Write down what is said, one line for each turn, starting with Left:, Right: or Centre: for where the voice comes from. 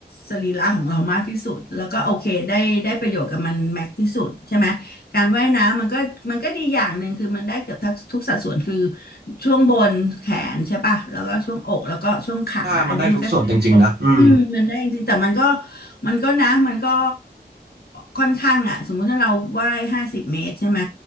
Left: สรีระของเรามากที่สุดแล้วก็โอเคได้ได้ประโยชน์กับมันแม็กที่สุดใช่ไหมการว่ายน้ำมันก็มันก็ดีอย่างหนึ่งคือมันได้เกือบทั้งทุกสัดส่วนคือช่วงบนแขนใช่ป่ะแล้วก็ช่วงอกแล้วก็ช่วงขาอันเนี้ยมันก็ใช้ได้อืมมันได้จริงๆแต่มันก็
Right: ได้มันได้ทุกส่วนจริงๆนะ อืม
Left: มันก็นะมันก็ค่อนข้างอ่ะสมมุติถ้าเราว่ายห้าสิบเมตรใช่ไหม